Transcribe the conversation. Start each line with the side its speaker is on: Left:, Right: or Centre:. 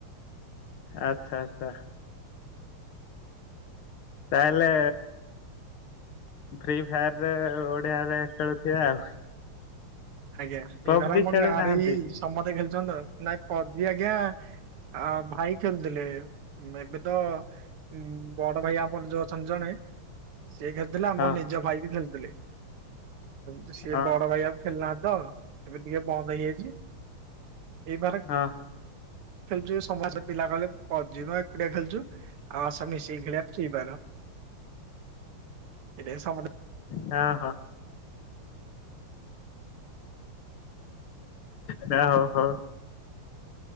Left: ଆଚ୍ଛା ଆଚ୍ଛା। ତାହେଲେ ଫ୍ରି ଫାୟାରରେ ଓଡିଆରେ ଖେଳୁଥିବେ ଆଉ।
Right: ଆଜ୍ଞା
Left: ପବଜି
Right: ଏଇ ଘରେ ଆମ
Left: ଖେଳୁନାହାନ୍ତି?
Right: ଗାଁରେ ହିଁ ହେଇଚି। ସମସ୍ତେ ଖେଳଛନ୍ତି ତ ନାଇଁ ପଜି ଆଜ୍ଞା ଆ ଭାଇ <unintelligible> ଏବେ ତ ଉ ବଡ ଭାଇ ଆମର ଯୋଉ ଅଛ ନ୍ତି ଜଣେ ସିଏ ଖେଳୁଥିଲେ ଆ
Left: ହଁ
Right: ମର ନିଜ ଭାଇ ବି ଖେଳୁଥିଲେ। ତ ସିଏ
Left: ହଁ
Right: ବଡ ଭାଇ ଆଉ ଖେଳୁନାହାନ୍ତି ତ ଏବେ ଟିକେ ବନ୍ଦ ହେଇଯାଇଚି ହେପରେ
Left: ହଁ।
Right: ଖେଳଛୁ ସମସ୍ତେ ପିଲା କଲେ ଅଜୁ ଏକୁଟିଆ ଖେଳଚୁ ଆଉ ଆସ ମିଶି କି ଖେଳିବା ଫ୍ରୀଫାୟାର
Left: <inaudible>
Right: ଏଇ ଟା ସମୟ <unintelligible>
Left: ନା ହଁ। ନା ହଁ ହଁ।